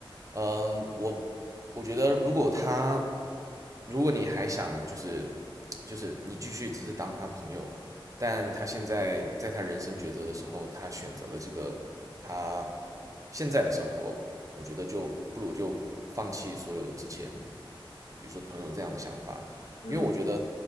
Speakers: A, on the right; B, on the left.
A: 嗯，我我觉得如果他，如果你还想就是就是你继续只是当他朋友，但他现在在他人生抉择的时候，他选择了这个他现在的生活，我觉得就不如就放弃所有之前，比如说朋友这样的想法，
B: 嗯嗯。嗯。
A: 因为我觉得
B: 嗯